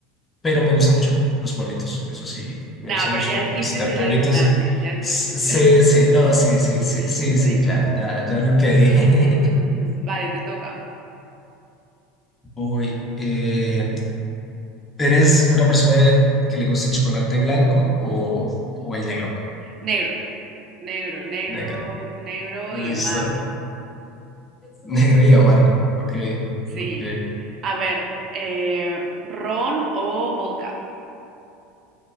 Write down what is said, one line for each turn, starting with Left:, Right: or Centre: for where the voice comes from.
Left: Pero me gustan mucho los pueblitos, eso sí, me
Right: No,
Left: gusta mucho
Right: pero ya dijiste
Left: visitar
Right: ciudades
Left: pueblitos.
Right: grandes, ya dijiste
Left: S-
Right: ciudades.
Left: Sí, sí, no, sí, sí, sí,
Right: <laughs>
Left: sí, sí,
Right: ya dijiste.
Left: ya, ya, ya lo que dije.
Right: Mm,
Left: <laughs>
Right: vale, te toca.
Left: Uy, eh, ¿eres una persona que le gusta el chocolate blanco o, o el negro?
Right: Negro, negro, negro,
Left: Negro.
Right: negro
Left: Listo.
Right: y amargo.
Left: <laughs> Negro y amargo. Ok,
Right: Sí.
Left: ok.
Right: A ver, eh, ron o vodka.